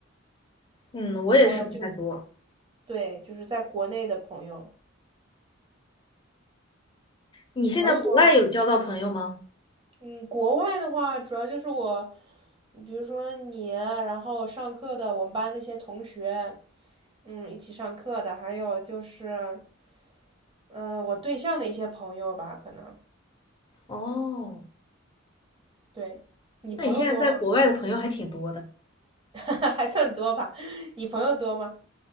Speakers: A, on the left; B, on the right.
A: 嗯，我也是不太多。
B: 我就对，就是在国内的朋友。
A: 你现在国外有交到朋友吗？
B: 你朋友多吗？嗯，国外的话，主要就是我，比如说你，然后上课的我们班那些同学，嗯，一起上课的，还有就是，呃，我对象的一些朋友吧，可能，
A: 哦，
B: 对，你朋友多吗？
A: 那你现在在国外的朋友还挺多的，
B: <laughs> 还算多吧，<laughs> 你朋友多吗？